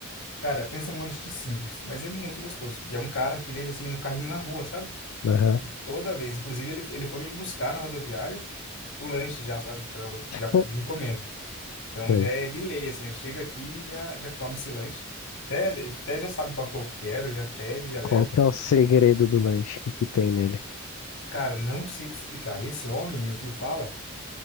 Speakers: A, on the left; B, on the left.
A: Cara, pensa num lanche simples, mas é muito gostoso. E é um cara que vem assim no carrinho na rua, sabe?
B: Aham,
A: Toda vez. Inclusive, ele, ele foi me buscar na rodoviária com o lanche já, sabe? Pra eu já
B: hum,
A: vim comendo. Então
B: sei.
A: já é de lei, assim. Eu chego aqui e já, já come esse lanche. Até, até já sabe qual que eu quero, já pede, já
B: Qual
A: leva.
B: que é o segredo do lanche? O que que tem nele?
A: Cara, não sei te explicar. Esse homem, meu tio fala.